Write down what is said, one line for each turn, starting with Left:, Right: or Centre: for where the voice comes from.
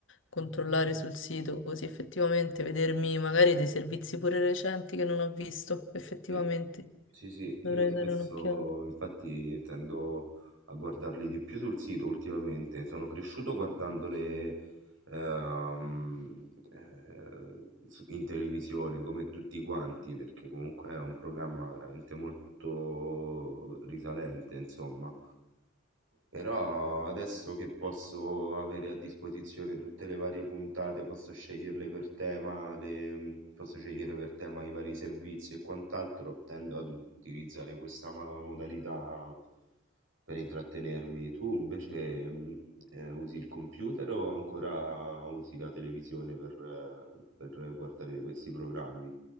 Left: controllare sul sito così effettivamente vedermi magari dei servizi pure recenti che non ho visto. Effettivamente
Right: Sì, sì, sì,
Left: dovrei
Right: io spesso
Left: dare un'occhiata.
Right: infatti tendo a guardarli di più sul sito ultimamente, sono cresciuto guardandole ehm, eh, su- in televisione come tutti quanti, perché comunque è un programma veramente molto risalente, insomma. Però adesso che posso avere a disposizione tutte le varie puntate, posso sceglierle per tema, le- mm, posso scegliere per tema i vari servizi e quant'altro, tendo ad utilizzare questa ma- modalità per intrattenermi. Tu invece mm, eh, usi il computer o ancora usi la televisione per, eh, per guardare questi programmi?